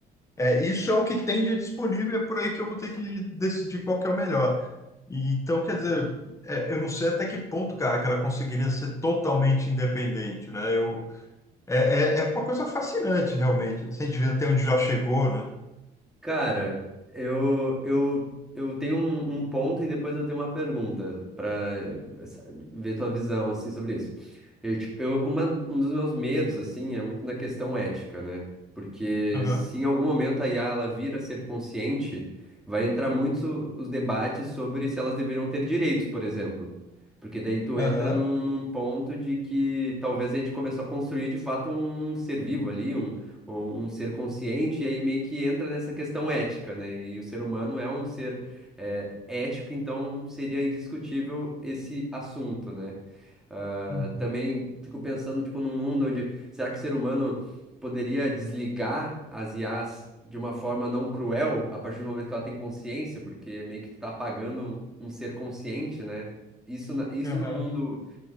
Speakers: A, on the left (about 15°); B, in the centre.
A: é, isso é o que tem de disponível, é por aí que eu vou ter que decidir qual que é o melhor. E, então, quer dizer, é, eu não sei até que ponto, cara, que ela conseguiria ser totalmente independente, né? Eu, é, é, é uma coisa fascinante, realmente. Se a gente vê até onde já chegou, né?
B: Cara, eu, eu, eu tenho um, um ponto e depois eu tenho uma pergunta pra eh, sa- ver tua visão assim sobre isso. Eu, tipo, eu, uma, um dos meus medos assim é muito na questão ética, né? Porque
A: Aham,
B: se em algum momento a IA ela vir a ser consciente, vai entrar muito os debates sobre se elas deveriam ter direitos, por exemplo. Porque daí tu
A: aham,
B: entra num, num ponto de que talvez a gente começou a construir de fato um ser vivo ali, um, um um ser consciente, e aí meio que entra nessa questão ética, né? E o ser humano é um ser é, ético, então seria indiscutível esse assunto, né? Ah,
A: uhum,
B: também fico pensando, tipo, num mundo onde será que o ser humano poderia desligar as IAs de uma forma não cruel a partir do momento que ela tem consciência, porque meio que tu tá apagando um ser consciente, né? Isso, na- isso
A: aham.
B: no mundo